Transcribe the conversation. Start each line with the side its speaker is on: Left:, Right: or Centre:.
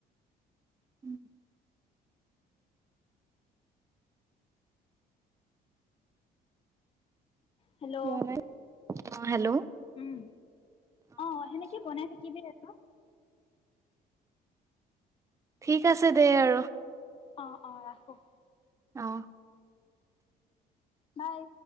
Right: উম
Left: হেল্ল'
Right: বনাই অ', হেল্ল'
Left: উম অ সেনেকে বনাই থাকিবি আৰু
Right: ঠিক আছে দে আৰু
Left: অ অ ৰাখো
Right: আহ
Left: বাই।